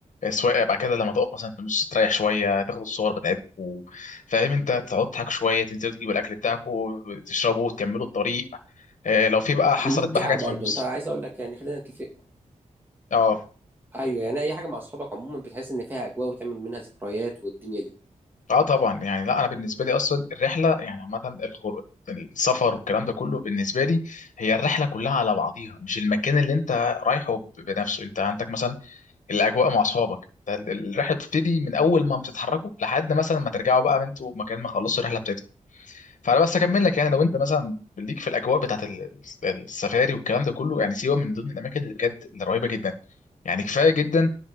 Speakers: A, on the left; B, on the right.
A: سواء بعد كده لما تقف مثلا في النص تريح شويه تاخد الصور بتاعتكم فاهم انت تقعد تضحك شويه تنزلوا تجيبوا الاكل بتاعكم تشربوا وتكملوا الطريق اه لو في بقى حصلت
B: ممتعة
A: بقى حاجات
B: برضو
A: في النص
B: انت عايز اقول لك يعني خلينا نتفق
A: اه
B: ايوه يعني اي حاجة مع اصحابك عموما بتحس ان فيها اجواء وتعمل منها ذكريات والدنيا دي
A: اه طبعا يعني لا انا بالنسبه لي اصلا الرحله يعني عامه الخر... السفر والكلام ده كله بالنسبه لي هي الرحله كلها على بعضيها مش المكان اللي انت رايحه بنفسه انت عندك مثلا الاجواء مع اصحابك ده ال- الرحله بتبتدي من اول ما بتتحركوا لحد مثلا ما ترجعوا بقى انتوا مكان ما خلصتوا الرحله بتاعتكم فانا بس اكمل لك يعني لو انت مثلا ليك في الاجواء بتاعت ال- ال- السفاري والكلام ده كله يعني سيوه من ضمن الاماكن اللي بجد اللي رهيبه جدا يعني كفايه جدا